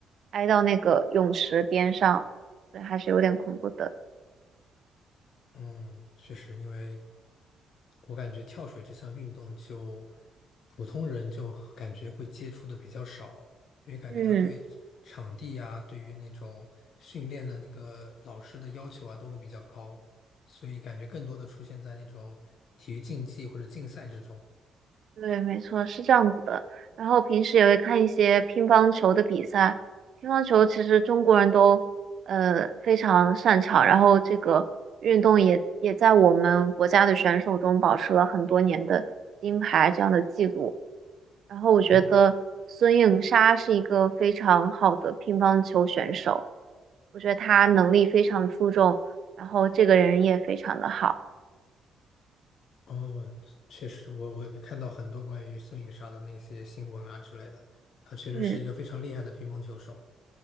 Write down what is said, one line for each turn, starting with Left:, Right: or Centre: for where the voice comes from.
Right: 挨到那个泳池边上，对，还是有点恐怖的。
Left: 嗯，确实，因为我感觉跳水这项运动就普通人就感觉会接触的比较少，因为感觉他对场地啊，
Right: 嗯。
Left: 对于那种训练的那个老师的要求啊，都会比较高，所以感觉更多的出现在那种体育竞技或者竞赛之中。
Right: 对，没错，是这样子的。然后平时也会看一些乒乓球的比赛，乒乓球其实中国人都呃非常擅长，然后这个运动也也在我们国家的选手中保持了很多年的金牌这样的记录。然后我觉得孙颖莎是一个非常好的乒乓球选手，
Left: 哎，
Right: 我觉得她能力非常出众，然后这个人也非常的好。
Left: 哦，确实我，我有看到很多关于孙颖莎的那些新闻啊之类的，她确实是一个非常厉害的乒乓球手。
Right: 嗯，